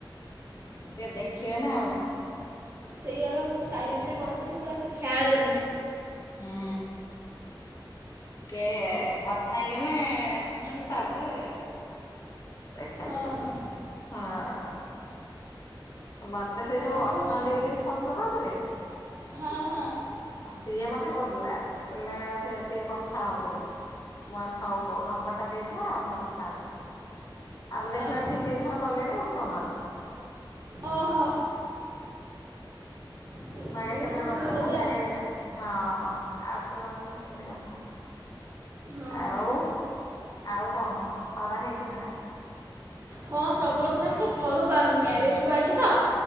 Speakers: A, on the left (about 45°); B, on the right (about 30°).
A: ହୁଁ ଟିକେ ଦେଖିବେ ନା ଆଉ।
B: ସେଇଆ ବା ମୁଁ ସାଇଲେନ୍ ଟା କରିଦେଇଚି ମୋର ଆଉ ଏତେ ଖିଆଲ ନାଇଁ।
A: ହୁଁ। କେ କଥା ହେଇଗନେ <unintelligible> ତାପରେ ଦେଖାଯିବ
B: ହଁ ହଁ।
A: ହଁ। ମତେ ସେ
B: ଆଉ
A: ଯୋଉ
B: କଣ
A: ଅସାନ୍ତି
B: କରୁଛ?
A: ବୋଲି ଫୋନ କରନ୍ତିନି
B: ହଁ ହଁ।
A: ଆଉ ସିଏ ମତେ କହୁଥିଲା କହିଲେ ସେ ଟିକେ କଥା ହବ ମୁଁ ହଉ ହଉ ନମ୍ବର ଟା ଦେଇଥାଉ ମୁଁ କଥା ହେଲେ ଆପଣ ଦେଖିଲା
B: ଓହୋ।
A: ବେଳେ ଦି ତିନି ଥର କଲେଣି ଉଠଉନାହାନ୍ତି।
B: ଓହୋ। ବିଜିଥିବେ
A: ମୁଁ ଆଗେ ସେଥିରେ
B: କଣ
A: କଥିଲ
B: ଥିବେ ବୋଧେ
A: ମୁଁନ
B: ଆଉ
A: ଆଗ ହଁ ଆଉ ପୁଣ ଆସିଲ କେମିତି କଥା ହେନ୍ତି
B: ହଁ।
A: ଆଉ ଆଉ କଣ ଖରା ହେଇଛି ନା?
B: ହଁ ପ୍ରବଳ ଖରା ମୁ ତ ଘରୁ ବା ମ୍ୟାରେଜ କୁ ଅଛି ତ